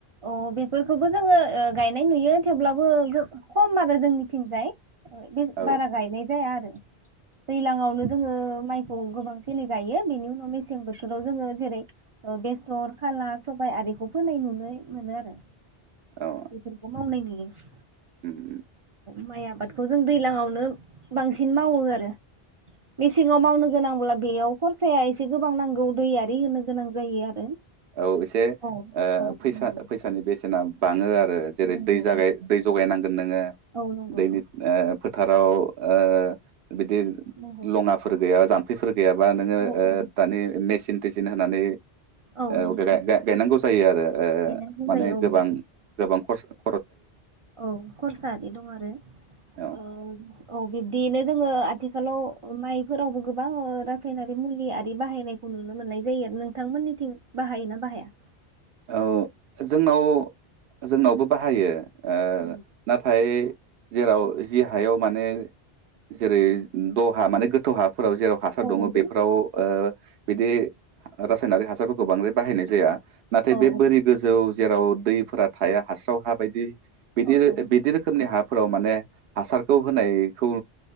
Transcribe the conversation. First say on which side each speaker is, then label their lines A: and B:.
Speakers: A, on the right; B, on the right.
A: अ बेफोरखौबो जोङो ओ गायनाय नुयो थेवब्लाबो गो खम आरो जोंनिथिंजाय ओ बे
B: औ
A: बारा
B: उम
A: गायनाय जाया आरो दैलांवनो जोङो माइखौ गोबां जेनि गायो बेनि उनाव मेसें बोथोराव जोङो जेरै ओ बे सर खानला सबाय आरि बेखौ फोनाय नुनै मोनो आरो
B: औ
A: बेफोरखौ मावनाय नुयो उम
B: उम उम
A: माइ आबादखौ जों दैलांवानो बांसिन मावो आरो मेसेङाव मावनो गोनांब्ला बेयाव खरसाया एसे गोबां नांगौ दै आरि होनो गोनां जायो आरो
B: औ एसे
A: औ
B: ओ
A: औ
B: फैसा
A: नंगौ
B: फैसानि बेसेना बाङो आरो बो जेरै
A: नंगौ
B: दै जागाय दै जगायनांगोन नोङो
A: औ नंगौ
B: दैनि ओ फोथाराव ओ बिदि
A: नंगौ
B: लङाफोर गैयाबा जाम्फैफोर गैयाबा नोङो
A: औ
B: ओ दानि मेसिन थेसिन होनानै
A: औ नंगौ
B: ओ गाय गायनांगौ जायो आरो ओ
A: गायनांगौ
B: माने
A: जायो औ
B: गोबां गोबां खरसा
A: औ खरसा आरि दं आरो
B: औ
A: ओ औ बिब्दियैनो जोङो आथिखालाव माइफोरावबो गोबां रासायनारि मुलि आरि बाहायनायखौ नुनो मोननाय जायो नोंथांमोननिथिं बाहायोना बाहाया?
B: औ जोंनाव जोंनावबो बाहायो ओ
A: औ
B: नाथाय जेराव जि हायाव माने जेरै दहा माने गो थहाब फोराव जेराव हासार
A: औ
B: दङ
A: नंगौ
B: बेफोराव बिदि रासायनारि हासारफोरखौ बांद्राय बाहायनाय जाया नाथाय
A: औ
B: बे
A: औ
B: बोरि गोजौ जेराव दैफोरा थाया हास्राव हा बायदि बिदि
A: औ औ
B: बिदि रोखोमनि हा फोराव माने हासारखौ होनायखौ